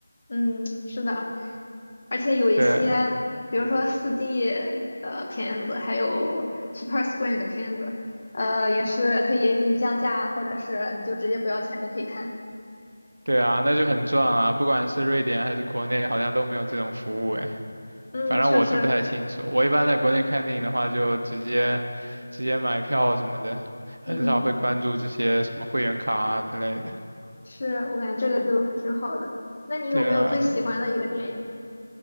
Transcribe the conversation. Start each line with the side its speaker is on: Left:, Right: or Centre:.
Left: 嗯，是的，而且有一些，
Right: 对
Left: 比如说四 d 的片子，还有 Super Screen 的片子，呃，也是可以给你降价，或者是你就直接不要钱就可以看。
Right: 对啊，那就很赚啊，不管是瑞典还是国内，好像都没有这种服务
Left: 嗯，
Right: 反正我是不太清楚。
Left: 确实，
Right: 我一般在国内看电影的话，就直接直接买票什么的，很少会关注这些什么会员卡啊之类的。
Left: 嗯，是我感觉这个就挺好的。那你有没有最喜欢的一个电影？
Right: 对啊，